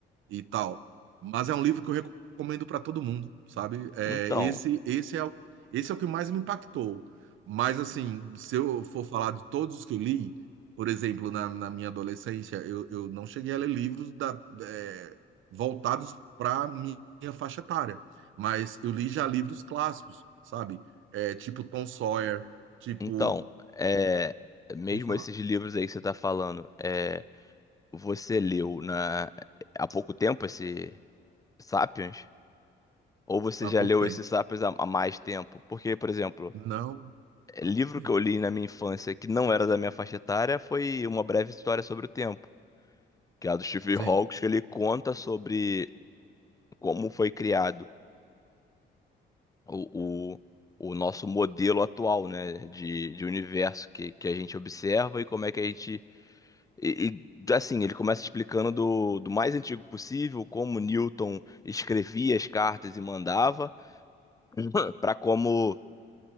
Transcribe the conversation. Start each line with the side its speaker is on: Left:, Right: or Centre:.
Right: e tal. Mas é um livro que eu recomendo para todo mundo, sabe? É,
Left: Então,
Right: esse, esse é, o- esse é o que mais me impactou. Mas, assim, se eu for falar de todos os que eu li, por exemplo, na, na minha adolescência, eu, eu não cheguei a ler livros da, é, voltados para minha faixa etária. Mas eu li já livros clássicos, sabe? É, tipo Tom Sawyer, tipo.
Left: então, é, mesmo
Right: Vou falar,
Left: esses livros aí que você tá falando, é, você leu na, há pouco tempo esse Sapiens? Ou você
Right: há
Left: já
Right: pouco
Left: leu
Right: tempo.
Left: esse Sapiens há, há mais tempo? Porque, por exemplo,
Right: Não,
Left: é,
Right: há
Left: livro
Right: pouco tempo.
Left: que eu li na minha infância que não era da minha faixa etária foi Uma Breve História sobre o Tempo, que é a do Steve
Right: Sim.
Left: Hawkes, que ele conta sobre como foi criado o, o, o nosso modelo atual, né, de, de universo que, que a gente observa e como é que a gente. E, e, assim, ele começa explicando do, do mais antigo possível, como Newton escrevia as cartas e mandava, <laughs> para como